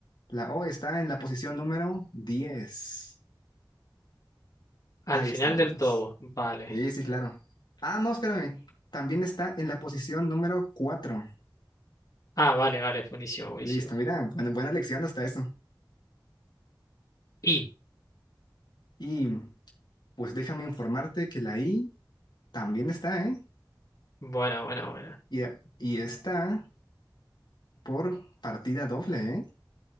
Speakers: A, on the left; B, on the left.
A: La O está en la posición número diez
B: Al
A: Ahí
B: final
A: estábamos.
B: del todo. Vale.
A: Sí, sí, claro. Ah, no, espérame. También está en la posición número cuatro
B: Ah, vale, vale. Buenísimo, buenísimo.
A: Listo, mira, buena, buena lección hasta eso.
B: Y.
A: Y pues déjame informarte que la I también está, ¿eh?
B: Buena, buena, buena.
A: Y, y está por partida doble, ¿eh?